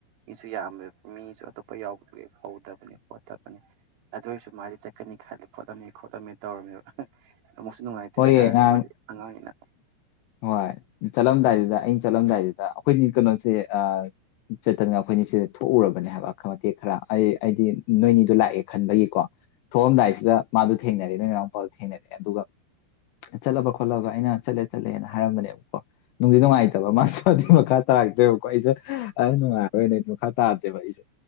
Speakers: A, on the right; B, on the left.
A: ꯃꯤꯁꯨ ꯌꯥꯝꯕ ꯃꯤꯁꯨ ꯑꯇꯣꯞꯄ ꯌꯥꯎꯕꯗꯨꯒꯤ ꯍꯧꯗꯕꯅꯤ ꯈꯣꯠꯇꯕꯅꯤ ꯑꯗꯨ ꯑꯣꯏꯁꯨ ꯃꯥꯗꯤ ꯆꯠꯀꯅꯤ ꯈꯜꯂꯤ ꯈꯣꯠꯂꯝꯃꯤ ꯈꯣꯠꯂꯝꯃꯤ ꯇꯧꯔꯝꯃꯦꯕ ꯑꯃꯨꯛꯁꯨ ꯅꯨꯡꯉꯥꯏꯇꯦ ꯑꯗꯨꯏꯇꯥꯔꯁꯨ
B: ꯍꯣꯏꯌꯦ ꯉꯔꯥꯡ
A: ꯃꯣꯏꯗꯤ ꯑꯉꯥꯡꯅꯤꯅ
B: ꯍꯣꯏ ꯆꯠꯂꯝꯗꯥꯏꯗꯨꯗ ꯑꯩꯅ ꯆꯠꯂꯝꯗꯥꯏꯗꯨꯗ ꯑꯩꯈꯣꯏꯒꯤ ꯀꯅꯣꯁꯦ ꯑ ꯆꯦꯇꯟꯒ ꯑꯩꯈꯣꯏꯅꯤꯁꯦ ꯊꯣꯛꯎꯔꯕꯅꯦ ꯍꯥꯏꯕ ꯃꯇꯦꯛ ꯈꯔ ꯑꯩ ꯑꯩꯗꯤ ꯅꯣꯏꯅꯤꯗꯣ ꯂꯥꯛꯑꯦ ꯈꯟꯕꯒꯤꯀꯣ ꯊꯣꯛꯑꯝꯗꯥꯏꯁꯤꯗ ꯃꯥꯗꯣ ꯊꯦꯡꯅꯔꯦ ꯅꯣꯏ ꯅꯅꯥꯎꯄꯥꯗꯣ ꯊꯦꯡꯅꯔꯦ ꯑꯗꯨꯒ ꯆꯠꯂꯕ ꯈꯣꯠꯂꯕ ꯑꯩꯅ ꯆꯠꯂꯦ ꯆꯠꯂꯦꯅ ꯍꯥꯏꯔꯝꯕꯅꯦꯕꯀꯣ ꯅꯨꯡꯗꯤ ꯅꯨꯡꯉꯥꯏꯇꯕ ꯃꯥꯁꯨ ꯑꯗꯨ ꯃꯈꯥ ꯇꯥꯔꯛꯇ꯭ꯔꯦꯕꯀꯣ ꯑꯩꯖꯨ ꯅꯨꯡꯉꯥꯏꯔꯣꯏꯌꯦꯅꯗꯤ ꯃꯈꯥ ꯇꯥꯗꯦꯕ ꯑꯩꯁꯦ